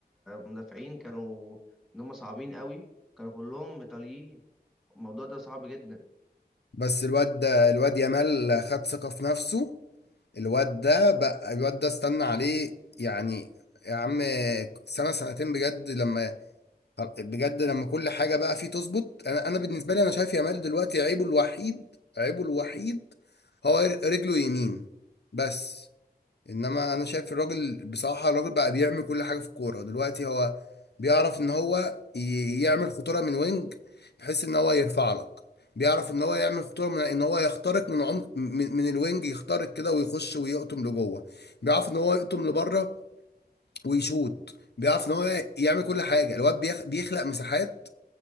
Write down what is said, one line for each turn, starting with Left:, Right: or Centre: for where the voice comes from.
Centre: مدافعين كانوا ان هم صعبين قوي كانوا كلهم ايطاليين الموضوع ده صعب جدا
Left: بس الواد الواد يامال خد ثقه في نفسه الواد ده بقى الواد ده استنى عليه يعني يا عم سنة سنتين بجد لما بجد لما كل حاجة بقى فيه تظبط انا انا بالنسبة لي انا شايف يامال دلوقتي عيبه الوحيد عيبه الوحيد هو رجله يمين بس انما انا شايف الراجل بصراحه الراجل بقى بيعمل كل حاجه في الكوره دلوقتي هو بيعرف ان هو ي- يعمل خطوره من وينج بحيث ان هو يرفع لك بيعرف ان هو يعمل خطوره من ان هو يخترق من عمق من, من الوينج يخترق كده ويخش ويقطم لجوه بيعرف ان هو يقطم لبره ويشوط بيعرف ان هو يعمل كل حاجه الواد بيخ- بيخلق مساحات